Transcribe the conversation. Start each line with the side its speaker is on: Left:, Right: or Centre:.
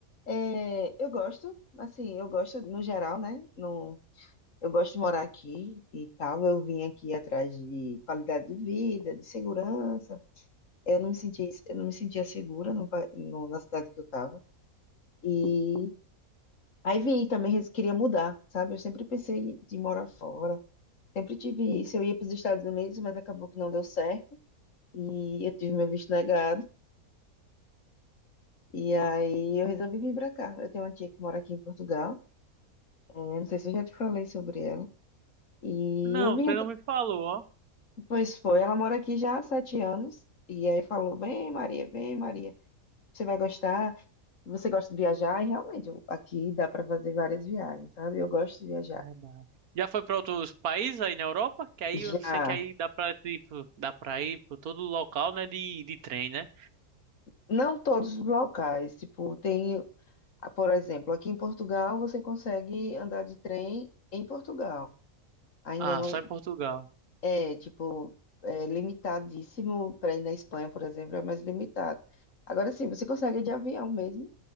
Left: é, eu gosto, assim, eu gosto no geral, né? No, eu gosto de morar aqui e tal. Eu vim aqui atrás de qualidade de vida, de segurança. Eu não me senti, eu não me sentia segura no, pa- no- na cidade que eu estava. E aí vim e também res- queria mudar, sabe? Eu sempre pensei de morar fora. Sempre tive isso. Eu ia para os Estados Unidos, mas acabou que não deu certo. E eu tive meu visto negado. E aí eu resolvi vir pra cá. Eu tenho uma tia que mora aqui em Portugal. É, não sei se eu já te falei sobre ela. E
Right: Não,
Left: eu vim,
Right: você
Left: atra-
Right: não me falou, ó.
Left: pois foi, ela mora aqui já há sete anos. E aí falou: vem, Maria, vem, Maria. Você vai gostar? Você gosta de viajar? E realmente, eu- aqui dá pra fazer várias viagens, sabe? Eu gosto de viajar.
Right: Verdade. Já foi para outros países aí na Europa? Que aí
Left: Já,
Right: eu sei que aí dá pra, tipo, dá pra ir para todo local, né, de, de trem, né?
Left: não todos os locais. Tipo, tem, por exemplo, aqui em Portugal você consegue andar de trem em Portugal. Ainda
Right: Ah,
Left: não
Right: só em Portugal.
Left: É, tipo, é limitadíssimo para ir na Espanha, por exemplo, é mais limitado. Agora sim, você consegue ir de avião mesmo,